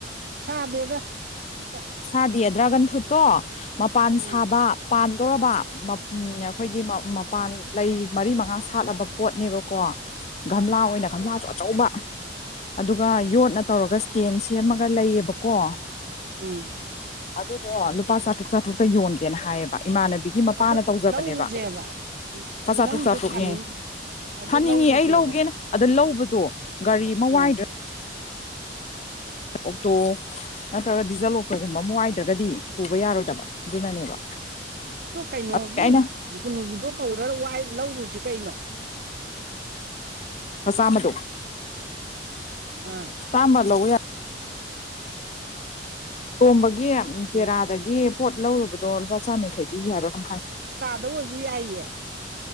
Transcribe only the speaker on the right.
ꯁꯥꯗꯦꯗ ꯑꯝꯇ
ꯎꯝ
ꯎꯝ꯫
ꯑꯗꯨ
ꯂꯧꯔꯨꯁꯦꯕ
ꯅꯪꯁꯨ
ꯊꯥꯅꯤꯡ ꯑꯗꯨ
ꯂꯧꯔꯨꯁꯦꯕ
ꯑꯥ
ꯑꯗꯨ ꯀꯩꯅꯣꯒꯤ
ꯖꯨꯒꯨꯅꯨꯒꯤꯗꯣ ꯀꯧꯔꯒ ꯋꯥꯏ ꯂꯧꯔꯨ꯫ ꯖꯤ ꯀꯩꯅꯣ꯫
ꯑꯥ
ꯍꯣꯏ
ꯑꯗꯨ ꯑꯣꯏꯁꯨ ꯌꯥꯏꯌꯦ꯫